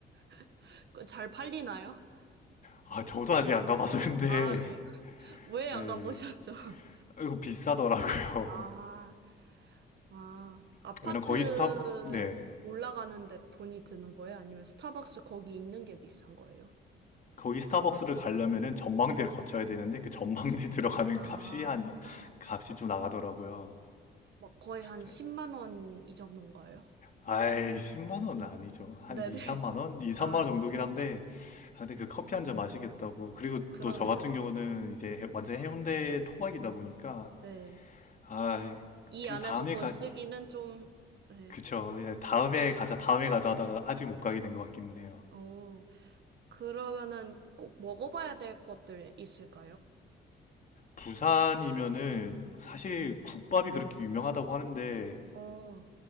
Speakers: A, on the right; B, on the left.
A: <laughs> 그거 잘 팔리나요?
B: 아, 저도 아직 안 가봐서 <laughs> 근데
A: 아, 그래요? 왜 안
B: 에,
A: 가보셨죠? <laughs>
B: 이거 비싸더라고요.
A: 아, 아,
B: <laughs>
A: 아파트를
B: 왜냐면 거기 스타 네.
A: 올라가는데 돈이 드는 거예요? 아니면 스타벅스 거기 있는 게 비싼 거예요?
B: 거기 스타벅스를 가려면은 전망대를 거쳐야 되는데 그 전망대 들어가는
A: 아,
B: 값이 한 값이 좀 나가더라고요.
A: 막 거의 한
B: 그래,
A: 10만 원 이 정도인가요?
B: 아이, 10만 원은 아니죠. 한
A: 네네.
B: 2, 3만 원? 2, 3만
A: 아,
B: 원
A: 네네.
B: 정도긴 한데, 아, 근데 그 커피 한잔 마시겠다고. 그리고
A: 그러네요.
B: 또 저 같은 경우는 이제 해- 완전 해운대 토박이다 보니까,
A: 네.
B: 아,
A: 이
B: 그
A: 안에서
B: 다음에
A: 돈
B: 가,
A: 쓰기는 좀, 네.
B: 그쵸. 예, 다음에 가자, 다음에 가자 하다가 아직 못 가게 된 것 같기는 해요.
A: 오, 그러면은 꼭 먹어봐야 될 것들 있을까요?
B: 부산이면은 사실 국밥이 그렇게 유명하다고 하는데,
A: 어,